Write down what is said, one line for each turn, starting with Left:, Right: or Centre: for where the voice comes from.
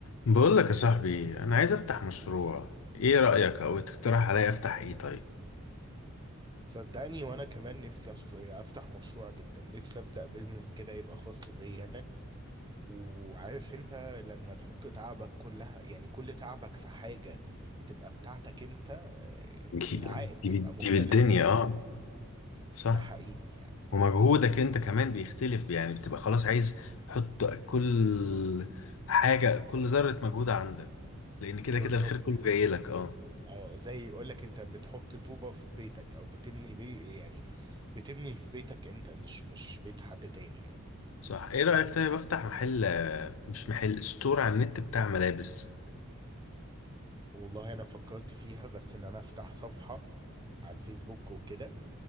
Left: بقول لك يا صاحبي انا عايز افتح مشروع ايه رأيك او تقترح عليا افتح ايه طيب
Right: صدقني وانا كمان نفسي أشط... افتح مشروع جدا نفسي ابدا بيزنس كده يبقى خاص بيا انا وعارف انت لما تحط تعبك كلها يعني كل تعبك في حاجة تبقى بتاعتك انت آه،
Left: دي
Right: العائد
Left: دي
Right: بيبقى
Left: دي
Right: مختلف
Left: بالدنيا
Right: تماما
Left: اه صح
Right: ده حقيقي يعني
Left: ومجهودك انت كمان بيختلف يعني بتبقى خلاص عايز تحط كل حاجة كل ذرة مجهود عندك لان كده
Right: بالظبط
Left: كده الخير كله جاي لك اه
Right: اه زي يقول لك انت بتحط طوبة في بيتك او بتبني بي يعني بتبني في بيتك انت مش مش بيت حد تاني يعني
Left: صح ايه رأيك طيب افتح محل مش محل ستور على النت بتاع ملابس
Right: والله انا فكرت فيها بس ان انا افتح صفحة على الفيسبوك وكده